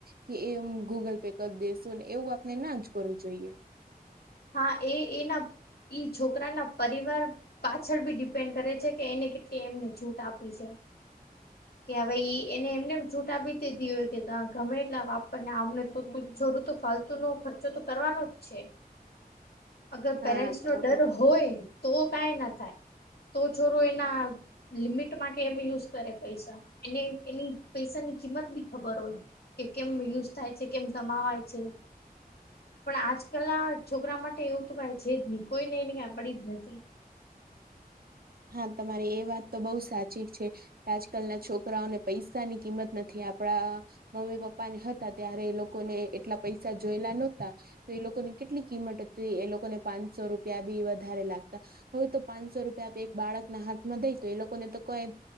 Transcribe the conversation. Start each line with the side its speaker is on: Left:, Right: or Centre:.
Right: કે એમ ગૂગલ પે કર દેશું એવું આપણે ના જ કરવું જોઈએ.
Left: હા એ એના ઈ છોકરાનાં પરિવાર પાછળ બી ડિપેન્ડ કરે છે કે એને કેટલી એમ છૂટ આપી છે. કે હવે ઈ એને એમને એમ છૂટ આપી દીધી હોય કે તા ગમે એટલા વાપર ને આમને તો જૂરું તો ફાતું તોનો ખર્ચો તો કરવાનો જ છે. અગર
Right: હા
Left: પેરેન્ટ્સ
Right: હા.
Left: નો ડર હોય તો કાંઈ ના થાય તો છોરો એના લિમિટ મા કેમ યુઝ કરે પૈસા એને એની પૈસાની કિંમત બી ખબર હોય. કે કેમ યુઝ થાય છે કેમ કમાવાય છે પણ આજકાલના. છોકરા માટે એવું તો કઈ છે જ નહી કોઈને એને કઈ પડી જ નથી.
Right: હા તમારી એ વાત તો બહુ સાચી છે. આજકાલના છોકરાઓને પૈસા ની કિંમત નથી આપડા. મમ્મી પપ્પા ને હતા ત્યારે એ લોકોને એટલા પૈસા જોયેલા નહોતા. એ લોકોની કેટલી કિંમત હતી એ લોકોને પાંચસો રૂપિયા બી વધારે લાગતા. હવે તો પાંચસો રૂપિયા એક બાળક ના હાથમાં દઈ તો એ લોકોને તો કઈ.